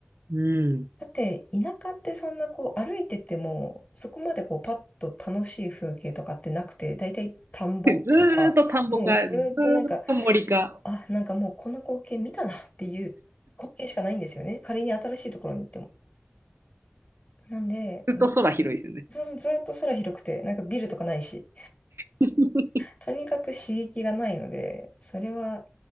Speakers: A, on the right (about 75°); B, on the left (about 35°).
A: うん。
B: だって田舎ってそんなこう歩いててもそこまでこうパッと楽しい風景とかってなくて、だいたい田んぼとか、
A: <laughs> ずーっと田んぼか、
B: もうずーっとなんか、
A: ずーっと森か、
B: あ、なんかもうこの光景見たなっていう光景しかないんですよね。仮に新しいところに行っても。なんで、
A: ずっと空広いですよね。
B: そうそう、ずっと空広くて、なんかビルとかないし、
A: <laughs>
B: とにかく刺激がないので、それは